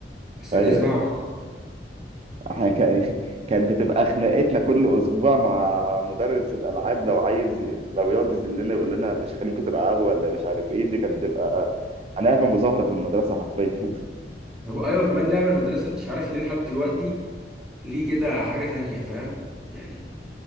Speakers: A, in the centre; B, on the right.
A: بس
B: ايوه
A: أنا لازم
B: ايوه
A: العب كوره
B: احنا كان <laughs> كانت بتبقى خناقتنا كل اسبوع مع مدرس الالعاب لو عايز لو يقعد يذلنا يقول لنا مش خليكم تلعبوا ولا مش عارف ايه دي كانت بتبقى هنعمل مظاهره في المدرسه حرفيا
A: هو ايوه كمان لعب المدرسه مش عارف ليه لحد دلوقتي ليه كده حاجه تانية فاهم يعني